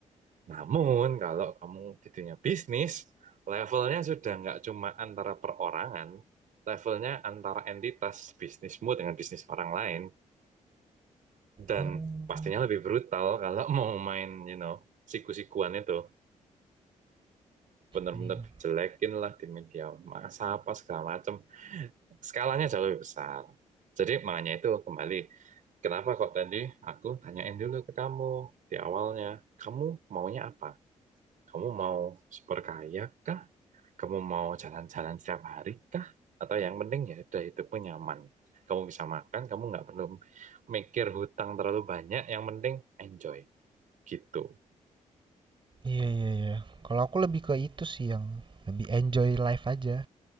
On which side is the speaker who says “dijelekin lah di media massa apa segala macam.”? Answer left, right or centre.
Right